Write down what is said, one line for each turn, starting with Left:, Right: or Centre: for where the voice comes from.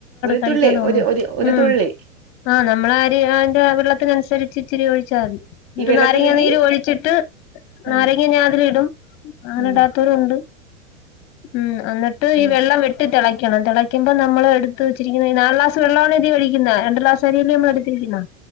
Right: ഒരു
Left: കഴിക്കാൻ
Right: തുള്ളി
Left: തോന്നൂ
Right: ഒരു ഒരു ഒരു
Left: ഉ
Right: തുള്ളി
Left: ആഹ് നമ്മളാ അരിക് അനുസരിച് വെള്ളത്തിനുസരിച്ച് ഇച്ചിരി ഒഴിച്ചാതി എന്നിട്ട്
Right: ഈ വെള്ളത്തിലുള്ളി
Left: നാരങ്ങ നീര് ഒഴിച്ചിട്ട് നാരങ്ങ
Right: ആഹ്
Left: ഞാതിൽ ഇടും അങ്ങനെ
Right: ഉം
Left: ഇടാത്തോ രും ഉണ്ട് ഉം അന്നിട്ട് ഈ
Right: ആഹ്
Left: വെള്ളം വെട്ടി തിളക്കിണം വണം തിളക്കുമ്പോ നമ്മള് എടുത്ത് വെച്ചിരിക്കുന്ന നാല്ക്ലാസ് വെള്ള ആണ ഇതി ഒഴിക്കുന്നേ രണ്ട് ക്ലാസ്സരിയല്ലേ നമ്മ എടുത്തിരിക്ക്ണേ